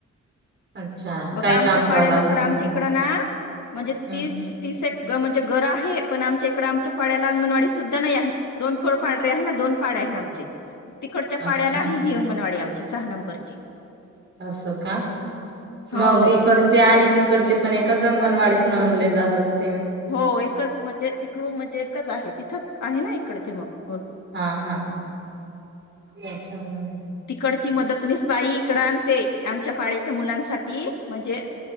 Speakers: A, on the right (about 40°); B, on the left (about 70°).
A: अच्छा
B: मग
A: काय
B: आमच्या
A: काम
B: पाड्याला
A: चालू आहे
B: तर
A: तुमचं
B: आमच्या इकड ना म्हणजे
A: हम्
B: तीस तीस एक. ग म्हणजे गरं आहे, पण आमच्या इकडे आमच्या पाड्याला अंगणवाडी सु नाई आहेत दोन कोड पांढरे आहे, ना दोन पाडे आहे, आमचे तिकडच्या
A: अच्छा
B: पाड्याला आहे, ही अंगणवाडी आम ती सहा नंबरची.
A: असं का
B: हो
A: मग इकडचे आणि. तिकडचे पण एकाच अंगणवाडीत नोंदले जात असती
B: हो एकच म्हणजे तिकडू म्हणजे एकच आहे, तिथंच आहे, ना इकडचे मग पोर.
A: हा हा <unintelligible>
B: इकडची मदत निस बाई इकड आणते आमच्या पाड्याच्या मुलांसाठी. म्हणजे